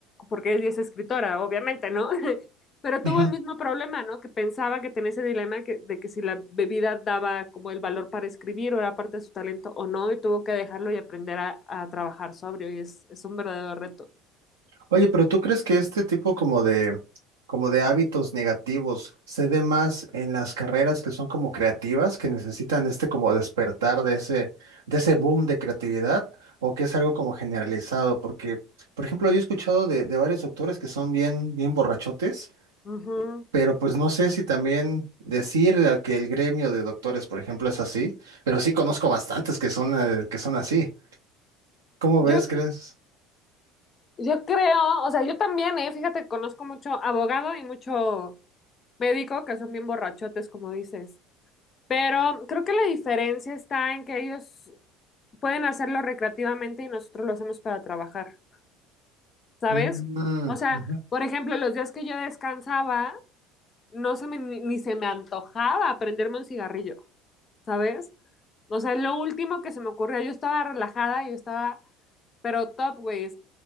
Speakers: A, on the left (about 35°); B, on the right (about 80°).
A: porque ella es escritora, obviamente, ¿no? <laughs> Pero tuvo
B: ujú.
A: el mismo problema, ¿no? Que pensaba que tenía ese dilema que- de que si la bebida daba como el valor para escribir o era parte de su talento o no, y tuvo que dejarlo y aprender a, a trabajar sobrio, y es, es un verdadero reto.
B: Oye, pero ¿tú crees que este tipo como de, como de hábitos negativos se dé más en las carreras que son como creativas, que necesitan este como despertar de ese, de ese boom de creatividad? ¿O que es algo como generalizado? Porque, por ejemplo, yo he escuchado de, de varios doctores que son bien, bien borrachotes
A: Ujú.
B: Pero pues no sé si también decir a que el gremio de doctores, por ejemplo, es así, pero sí conozco bastantes que son, eh, que son así. ¿Cómo
A: Yo,
B: ves, crees?
A: c- yo creo, o sea, yo también, eh, fíjate, conozco mucho abogado y mucho médico que son bien borrachotes, como dices. Pero creo que la diferencia está en que ellos pueden hacerlo recreativamente y nosotros lo hacemos para trabajar, ¿sabes?
B: Mm,
A: O sea,
B: ujú.
A: por ejemplo, los días que yo descansaba. no se me, ni ni se me antojaba prenderme un cigarrillo, ¿sabes? O sea, es lo último que se me ocurrió. Yo estaba relajada, yo estaba, pero top, güey. es-